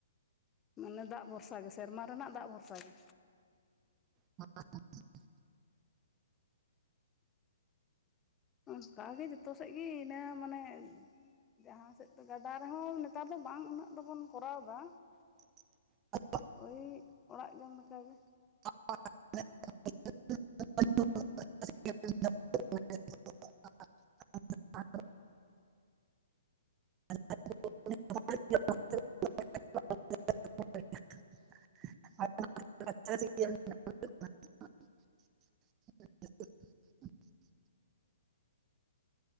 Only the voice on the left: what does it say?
ᱢᱟᱱᱮ ᱫᱟᱜ ᱵᱷᱚᱨᱥᱟ ᱜᱮ ᱥᱮᱨᱢᱟ ᱨᱮᱱᱟᱜ ᱫᱟᱜ ᱵᱷᱚᱨᱥᱟ ᱜᱮ
ᱚᱱᱠᱟᱜᱮ ᱡᱚᱛᱚ ᱥᱮᱫ ᱜᱮ ᱤᱱᱟᱹ ᱢᱟᱱᱮ ᱡᱟᱦᱟᱸ ᱥᱮᱫ ᱫᱚ ᱜᱟᱰᱟ ᱨᱮᱦᱚᱸ ᱱᱮᱛᱟᱨ ᱫᱚ ᱵᱟᱝ ᱩᱱᱟᱹᱜ ᱫᱚᱵᱚᱱ ᱠᱚᱨᱟᱣ ᱮᱫᱟ
ᱳᱭ ᱚᱲᱟᱜ ᱡᱚᱢ ᱞᱮᱠᱟᱜᱮ